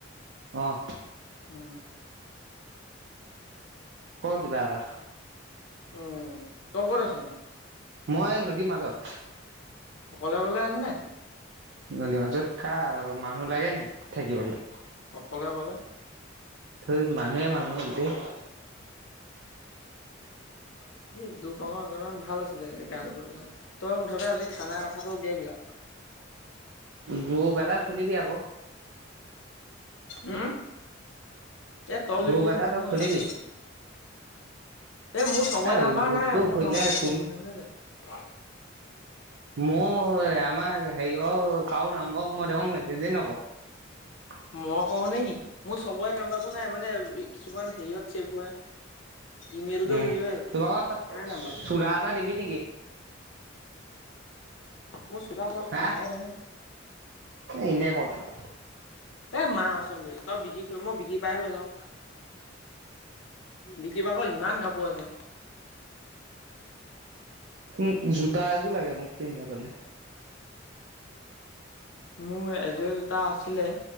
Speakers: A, on the right; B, on the left.
A: অ'
B: উম'
A: ক' কি'বা এটা?
B: উম। তই কত আছ নো?
A: মই নদীৰ মাজত।
B: অকলে অকলে আছো নে?
A: নদী মাজত কা মানুহ লাগে নি থাকিবলৈ।
B: অকলে অকলে।
A: থৈ মানুহে মানুহ গোটেই।
B: অ' এই দ্ৰোপাং সেইকনত ভাল আছিলে গা ধুবলৈ, তই মুঠতে আজি খানা কথাটো উলিয়াবি আৰু। <unintelligible>
A: গ্ৰুপ এটা খুলিবি আকৌ।
B: উম! এ তলি
A: গ্ৰুপ
B: য
A: এটা
B: মই
A: তই খুলিবি
B: <unintelligible> এই মোৰ সবৰে
A: এ
B: নম্বৰ
A: গ্ৰুপটো
B: নাই, মোৰ
A: খুলিলে
B: নম্বৰ
A: কোন
B: দিলিত হৈ যায়
A: মোৰ আমাৰ হেৰি অ কাৰ নাম্ব মই দেখোন মেছেজে নকৰো।
B: মই কওঁ নে কি? মোৰ চবৰে নাম্বাৰবোৰ নাই, মানে কিছুমান হেৰিয়ত চেভ হৈ ইমিলটো
A: উম
B: সেই হৈ আছে।
A: তোমাক
B: নাই নামবাৰ
A: চোলা এটা দিবি নেকি
B: মোৰ চোলা চব
A: হা
B: নাই নহয়।
A: এনে ক তই
B: এ মা কচম বে। তই বিকিক ক মই বিকি পৰা হে লৈ যাও। বিকি ভাগৰ ইমান কাপোৰ আছে।
A: উম। জোতা এযোৰ লাগে মোক পিন্ধাবলৈ।
B: মোৰ এযোৰ এ জুতা আছিলে,